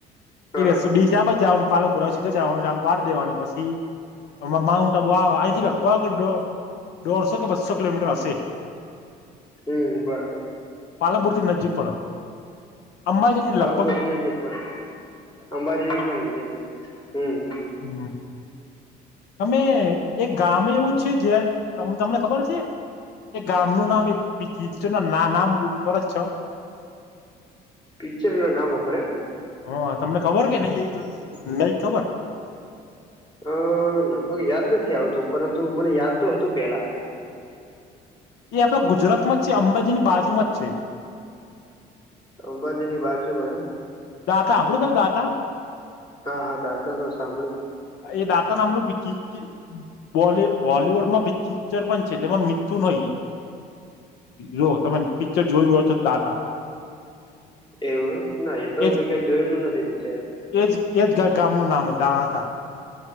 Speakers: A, on the left; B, on the left.
A: હા
B: ઈ રસ્તો
A: હા
B: ડીશા બા જાવાનું પાલનપુરા આવે સીધે જવાનું, આમ વાડ દેવાની પછી આમાં માઉન્ટ આબુ આવે, આહીંથી લગભગ દોઢ, દોઢસો કે બસો કિલોમીટર હશે.
A: હમ્મ, બરાબર.
B: પાલનપુરથી નજીક પડો, અંબાજીથી લગ
A: <unintelligible> નજીક પડે, અંબાજીથી ભી નજીક પડે, હમ્મ-હમ્મ.
B: હમ્મ. તમે એક ગામે એવું છે જે તમ તમને ખબર છે? એ ગામ નું નામ એ <unintelligible> ના નામ ઉપર જ છ.
A: પિક્ચર ના નામ ઉપર એમ?
B: હા તમને ખબર કે નઈ ઈ, નઈ ખબર?
A: અહ લગભગ યાદ નથી આવતું, પરંતુ મને યાદ તો હતું પેલા.
B: ઈ આપણા ગુજરાતમાં જ છે, અંબાજી ની બાજુમાં જ છે.
A: અંબાજી ની બાજમાં એમ?
B: દાતા હાભળું તમે દાતા?
A: હા, હા દાતા તો સાંભળ્યું.
B: એ દાતા નામનું <unintelligible> બ હોલીવુડ માં પિક્ચર પણ છે જેમાં મિથુ નય જો તમે પિક્ચર જોયું હો છ દાતા
A: એવું ના એ તો
B: એજ
A: મેં કઈ જોયેલું નથી બિચાર
B: એજ એજ ગ ગામ નું નામ <unintelligible>